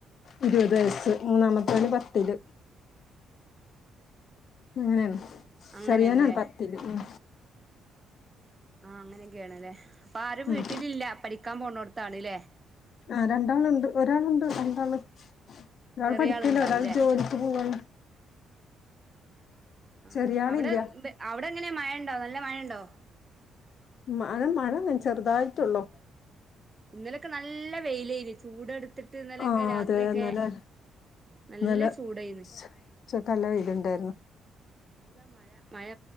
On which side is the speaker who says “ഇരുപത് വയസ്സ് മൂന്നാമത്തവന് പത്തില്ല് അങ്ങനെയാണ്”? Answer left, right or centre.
Left